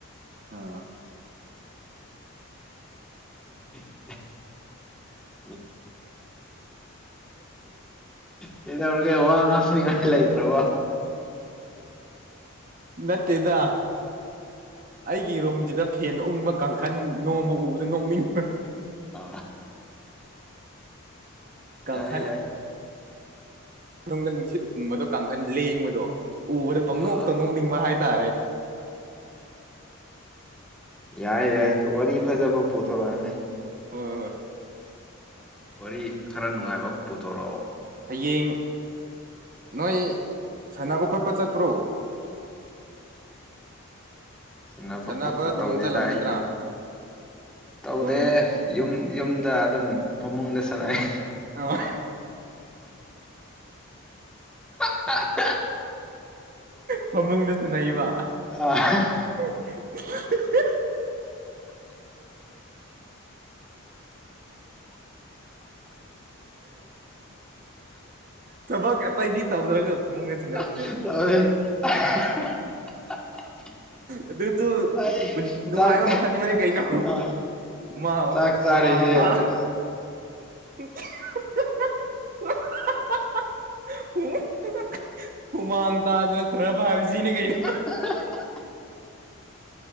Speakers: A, on the right; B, in the centre.
A: ꯎꯝ
B: <unintelligible> <unintelligible> ꯀꯩꯗꯧꯔꯒꯦ ꯋꯥ ꯉꯥꯡꯅꯤꯡꯉꯥꯏ ꯂꯩꯇ꯭ꯔꯕꯣ
A: ꯅꯠꯇꯦꯗ ꯑꯩꯒꯤ ꯔꯨꯝꯁꯤꯗ ꯐꯦꯟ ꯎꯪꯕ ꯀꯥꯡꯈꯟ ꯅꯣꯝꯕ ꯎꯕꯗ ꯅꯣꯛꯅꯤꯡꯕ
B: ꯑ
A: ꯀꯥꯡꯈꯟ
B: ꯌꯥꯏ ꯌꯥꯏ
A: ꯅꯨꯡꯗ ꯅꯨꯡꯁꯤꯠ ꯍꯨꯝꯕꯗꯣ ꯀꯥꯡꯒꯟ ꯂꯦꯡꯕꯗꯣ ꯎꯕꯗ ꯄꯪꯅꯣꯛꯇ
B: ꯑ
A: ꯅꯣꯛꯅꯤꯡꯕ ꯍꯥꯏꯇꯥꯔꯦ
B: ꯌꯥꯏ ꯌꯥꯏ ꯋꯥꯔꯤ ꯐꯖꯕ ꯄꯨꯊꯣꯔꯣꯅꯦ
A: ꯍꯣꯏ ꯍꯣꯏ
B: ꯋꯥꯔꯤ ꯈꯔ ꯅꯨꯡꯉꯥꯏꯕ ꯄꯨꯊꯣꯔꯣꯑꯣ
A: ꯍꯌꯦꯡ ꯅꯣꯏ ꯁꯥꯟꯅꯕ ꯈꯣꯠꯄ ꯆꯠꯄ꯭ꯔꯣ
B: ꯁꯟꯅꯕ
A: ꯁꯥꯟꯅꯕ
B: ꯈꯣꯠꯄ
A: ꯑꯗꯨꯝ
B: ꯇꯧꯗꯦꯗ
A: ꯆꯠꯂꯝꯅꯤꯗ꯭ꯔꯥ
B: ꯑꯩꯗꯤ ꯇꯧꯗꯦ
A: ꯑꯗꯨꯝ
B: ꯌꯨꯝ ꯌꯨꯝꯗ ꯑꯗꯨꯝ ꯐꯃꯨꯡꯗ ꯁꯥꯟꯅꯩ
A: ꯑ
B: <unintelligible>
A: ꯐꯃꯨꯡꯗ ꯁꯅꯩꯕ
B: ꯑ
A: <unintelligible> ꯊꯕꯛ ꯑꯇꯩꯗꯤ ꯇꯧꯗ꯭ꯔꯒ ꯐꯃꯨꯡꯒ ꯁꯅꯕ
B: <unintelligible>
A: ꯑꯗꯨꯖꯨ
B: ꯑꯩ
A: ꯅꯨꯡꯉꯥꯏꯕ
B: ꯆꯥꯛ
A: ꯃꯈꯟ ꯑꯃꯅꯤ ꯀꯩꯅꯣ
B: ꯑ
A: ꯃꯥꯎ
B: ꯆꯥꯛ ꯆꯥꯔꯤꯁꯦ
A: ꯍꯨꯃꯥꯡ ꯇꯥ
B: ꯑꯗꯨ
A: <unintelligible> ꯍꯨꯃꯥꯡ ꯇꯥꯗꯅ ꯁꯅꯕ ꯍꯥꯏꯕ ꯁꯤꯅꯤ ꯀꯩꯅꯣ
B: <unintelligible>